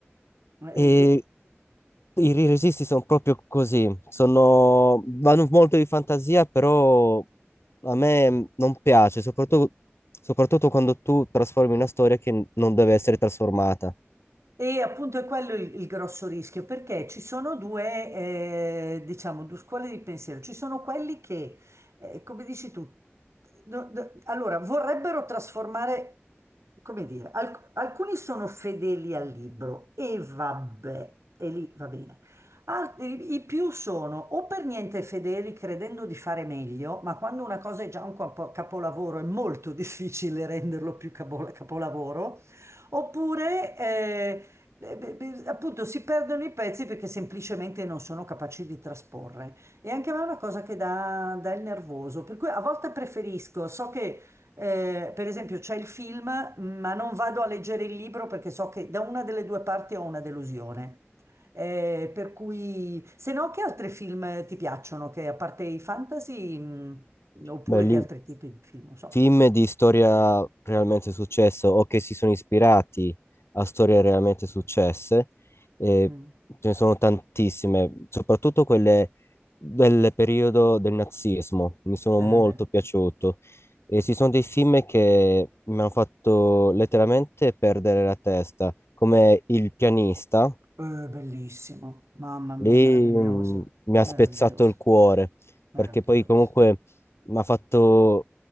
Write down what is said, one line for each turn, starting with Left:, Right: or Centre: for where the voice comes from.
Right: Eh,
Left: E
Right: de-
Left: i i registi sono proprio così, sono, vanno molto di fantasia, però a me mh, non piace, soprattutto, soprattutto quando tu trasformi una storia che n- non deve essere trasformata.
Right: E appunto è quello il, il grosso rischio, perché ci sono due, eh, diciamo, due scuole di pensiero. Ci sono quelli che, eh, come dici tu, no- no- allora vorrebbero trasformare, come dire, alc- alcuni sono fedeli al libro e vabbè, e lì va bene. Altri, i più sono o per niente fedeli credendo di fare meglio, ma quando una cosa è già un capo- capolavoro è molto <laughs> difficile renderlo più capo- capolavoro. Oppure eh, eh, beh, beh, Appunto, si perdono i pezzi perché semplicemente non sono capaci di trasporre. E anche a me è una cosa che dà, dà il nervoso, per cui a volte preferisco, so che eh, per esempio c'è il film, ma non vado a leggere il libro perché so che da una delle due parti ho una delusione. Eh, per cui, se no, che altri film ti piacciono? Che a parte i fantasy, mh, oppure
Left: Beh, lì
Right: che altri tipi di film, non so.
Left: Film di storia realmente successo o che si sono ispirati a storie realmente successe, eh,
Right: Mm.
Left: ce ne sono tantissime, soprattutto quelle del periodo del nazismo, mi sono
Right: Ah,
Left: molto
Right: beh.
Left: piaciuto. E ci sono dei film che mi hanno fatto letteralmente perdere la testa, come Il pianista.
Right: Eh, bellissimo, mamma
Left: Lì
Right: mia, meraviglioso,
Left: mh, mi ha
Right: meraviglioso,
Left: spezzato il cuore,
Right: meraviglioso.
Left: perché poi comunque mi ha fatto,